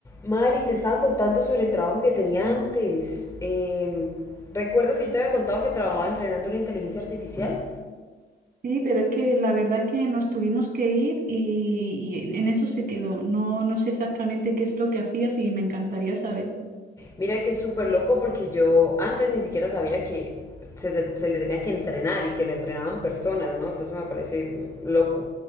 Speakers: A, on the left; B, on the right.
A: Mari, te estaba contando sobre el trabajo que tenía antes. Em, ¿recuerdas que yo te había contado que trabajaba entrenando la inteligencia artificial?
B: Sí, pero es que la verdad es que nos tuvimos que ir y, y en en eso se quedó. No, no sé exactamente qué es lo que hacías y me encantaría saber.
A: Mira que es súper loco porque yo antes ni siquiera sabía que se, te- se le tenía que entrenar y que le entrenaban personas, ¿no? O sea, eso me parece loco,